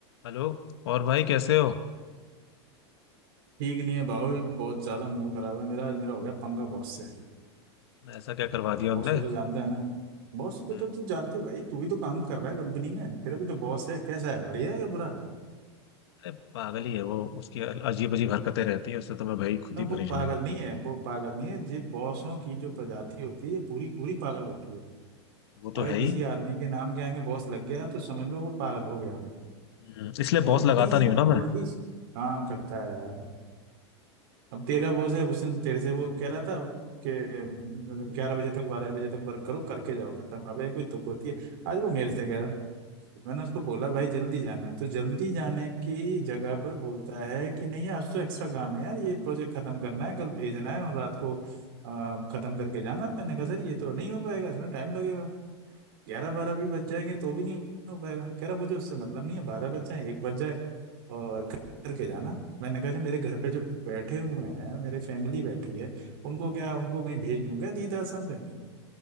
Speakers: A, on the left (about 65°); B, on the right (about 50°).
A: Hello और भाई कैसे हो
B: ठीक नहीं है भाई बहुत ज्यादा मूड खराब है मेरा आज मेरा हो गया पंगा बॉस से
A: ऐसा क्या करवा दिया
B: बॉस
A: उनने
B: को तो जानता है ना बॉस को
A: हम्म,
B: तो तू जानती है भाई तू भी तो काम कर रहा है कंपनी में तेरा भी तो बॉस है कैसा है बढ़िया है या बुरा
A: अरे पागल ही है वो उसकी अजीब अजीब हरकतें रहती है उससे तो मैं भाई खुद
B: ना
A: ही
B: वो
A: परेशान
B: पागल
A: हूँ
B: नहीं है वो पागल नहीं है ये बॉसों की जो प्रजाति होती है पूरी पूरी पागल होती है
A: वो तो
B: अगर
A: है ही
B: किसी आदमी के नाम के आगे बॉस लग गया तो समझ लो वो पागल हो गया
A: हम्म, इसलिए
B: अरे
A: बॉस
B: उल्टी
A: लगाता
B: सीधी
A: नहीं हूँ ना मैं
B: उल्टी काम करता है यार अब तेरा बॉस है उस दिन तेरे से वो कह रहा था कि मतलब ग्यारह बजे तक बारह बजे तक वर्क करो करके जाओ खत्म अबे कोई तुक होती है आज वो मेरे से कह रहा मैंने उसको बोला भाई जल्दी जाना है तो जल्दी जाने की जगह पर बोलता है कि नहीं आज तो एक्स्ट्रा काम है यार ये प्रोजेक्ट खत्म करना है कल भेजना है और रात को अ, खत्म करके जाना मैंने कहा सर ये तो नहीं हो पाएगा इसमें टाइम लगेगा ग्यारह बारह भी बज जाएंगे तो भी नहीं हो पाएगा कह रहा मुझे उससे मतलब नहीं है बारह बज जाए एक बज जाए और कर- करके जाना मैंने कहा जो मेरे घर पे जो बैठे हुए हैं मेरे फैमिली बैठी है उनको क्या उनको कहीं भेज दूंगा तीर्थ आश्रम पे